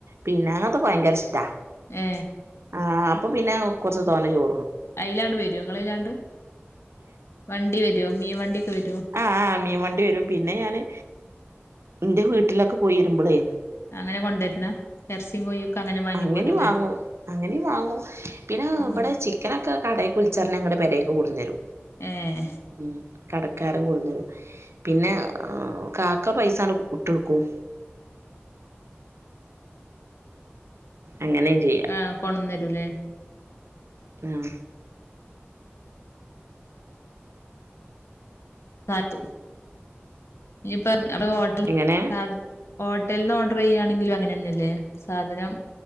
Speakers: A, on the right; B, on the left.
A: പിന്നെ അങ്ങനത്തൊക്കെ ഭയങ്കരിഷ്ടാ
B: ഏ
A: ആ അപ്പൊ പിന്നെ കൊർച്ച് തോനെ ചോ
B: ഐലാണ്ട് വരോ നിങ്ങളിലാണ്ട് വണ്ടി വരോ മീൻ വണ്ടിക്ക വെരോ
A: ആ ആ മീൻ വണ്ടി വെരും പിന്നെ ഞാന് എന്റെ വീട്ടിലൊക്കെ പോയെരുമ്പളേ
B: അങ്ങനെ കൊണ്ടര്ന്ന എർച്ചീം കോയിയൊക്കെ അങ്ങനെ വാങ്ങി
A: അങ്ങനേം
B: പോരൂലേ
A: വാങ്ങും അങ്ങനേം വാങ്ങും പിന്ന
B: ഉം
A: ഇവിടെ ചി ക്കനൊക്കെ കടേക്കുൾച്ചറിഞ്ഞാ അങ്ങട് പെരേക്ക് കൊട്ന്നെരും
B: ഏഹ്
A: ഉം കടക്കാരൻ കൊട്ന്നെരും പിന്നെ കാക്ക പൈസ ങ്ങട്ട് ഇട്ടൊടുക്കും അങ്ങനെയും ചെയ്യും
B: ആ കൊണ്ടെന്നരൂല്ലേ
A: ഉം
B: പാത്തു ഇനിപ്പം അത് ഹോട്ടൽ
A: എങ്ങനെ
B: ഹാ ഹോട്ടൽന്ന് ഓർഡറെയ്യാണെങ്കിലും അങ്ങനന്നെല്ലേ സാധനം